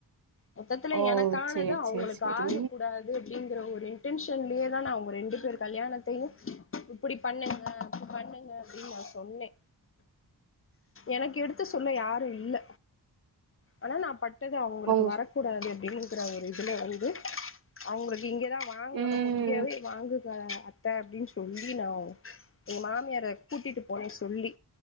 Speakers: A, on the left; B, on the right.
A: மொத்தத்துல
B: ஓ
A: எனக்கானது
B: சேரி
A: அவுங்களுக்கு
B: சேரி சேரி
A: ஆகக்கூடாது அப்டிங்கிற ஒரு இன்டென்ஷன்லியேதா நா உங்க ரெண்டு பேர் கல்யாணத்தையூ இப்டி பண்ணேங்க அப்டி பண்ணேங்க அப்டின் நா சொன்னே எனக்கு எடுத்து சொல்ல யாரூ இல்ல ஆனா நா பட் டது அவுங்களுக்கு
B: உங்
A: வரக்கூடாது அப்டின் க்ற ஒரு இதுல வந்து அவுங்களுக் இங்கதா வாங்கணூ
B: ம்
A: இங்கவே வாங்கு க அத்த அப்டின் சொல்லி நா எங்க மாமியார கூட்டிட்டு போனே சொல்லி